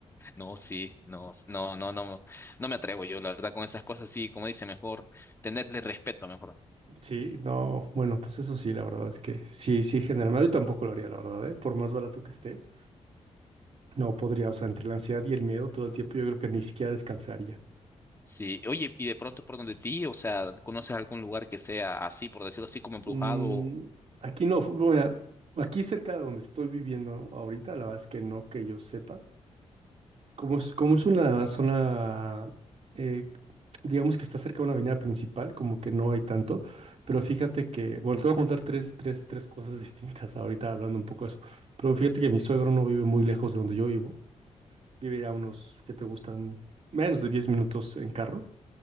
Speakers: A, on the left (about 20°); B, on the right (about 55°).
A: No, sí, no, no, no, no, no me atrevo yo, la verdad, con esas cosas, sí, como dice, mejor tenerle respeto, mejor.
B: Sí, no, bueno, pues eso sí, la verdad es que sí, sí, generalmente yo tampoco lo haría, la verdad, ¿eh? Por más barato que esté, no podría, o sea, entre la ansiedad y el miedo todo el tiempo yo creo que ni siquiera descansaría.
A: Sí, oye, y de pronto por donde ti, o sea, ¿conoces algún lugar que sea así, por decirlo así, como embrujado?
B: Mm, aquí no, fu- bueno, aquí cerca de donde estoy viviendo ahorita, la verdad es que no, que yo sepa, Como es, como es una zona, eh, digamos que está cerca de una avenida principal, como que no hay tanto, pero fíjate que, bueno, te voy a contar tres, tres, tres cosas <laughs> distintas ahorita hablando un poco de eso, pero fíjate que mi suegro no vive muy lejos de donde yo vivo, vive a unos que te gustan menos de 10 minutos en carro,